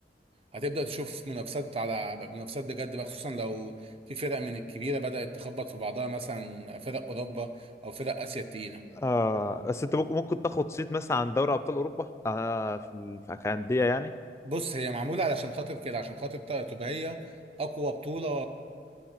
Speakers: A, on the right; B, on the left.
A: هتبدأ تشوف منافسات على منافسات بجد بقى خصوصا لو في فرق من الكبيرة بدأت تخبط في بعضها مثلا فرق أوروبا أو فرق آسيا التقيلة
B: اه بس انت ممكن ممكن تاخد صيت مثلا عن دوري ابطال اوروبا آه في ال- في كانديه يعني
A: بص هي معمولة علشان خاطر كده عشان خاطر ت- تبقى هي أقوى بطولة